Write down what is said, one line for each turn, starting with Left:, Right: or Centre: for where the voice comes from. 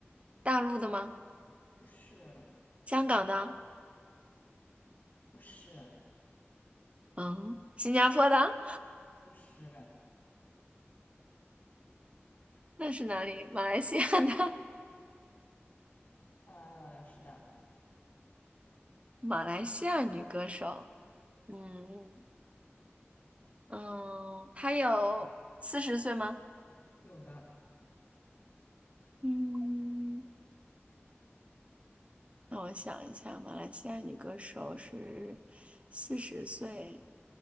Right: 大陆的吗？
Left: 不是，
Right: 香港的？
Left: 不是，
Right: 嗯，新加坡的？
Left: 不是，
Right: <laughs> 那是哪里？马来西亚的？
Left: 呃，是的，
Right: 马来西亚女歌手，嗯嗯，她有四十岁吗？
Left: 有的，
Right: 嗯，让我想一下，马来西亚女歌手是四十岁，